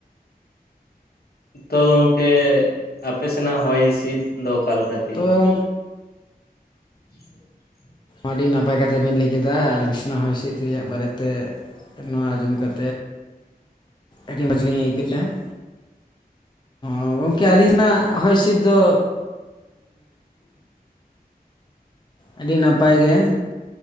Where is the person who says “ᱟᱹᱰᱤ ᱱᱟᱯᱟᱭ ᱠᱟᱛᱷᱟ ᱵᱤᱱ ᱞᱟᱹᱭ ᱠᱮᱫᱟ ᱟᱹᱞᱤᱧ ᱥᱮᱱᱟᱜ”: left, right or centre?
Left